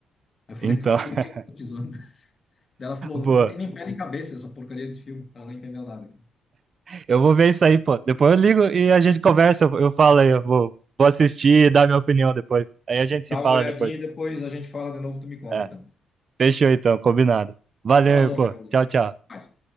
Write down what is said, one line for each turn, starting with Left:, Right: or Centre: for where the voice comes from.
Left: Aí eu falei,
Right: Então,
Left: <laughs>
Right: <laughs>
Left: por que eu tô te zoando? Daí ela falou,
Right: pô,
Left: não tem nem pé nem cabeça essa porcaria desse filme, ela não entendeu nada.
Right: Eu vou ver isso aí, pô. Depois eu ligo e a gente conversa. Eu, eu falo aí, eu vou, vou assistir e dar minha opinião depois. Aí a gente se
Left: Dá
Right: fala
Left: uma olhadinha
Right: depois.
Left: e depois a gente fala de novo, tu me conta
Right: É,
Left: então.
Right: fechou então, combinado. Valeu,
Left: Falou,
Right: pô.
Left: meu irmão.
Right: Tchau, tchau.
Left: Pode.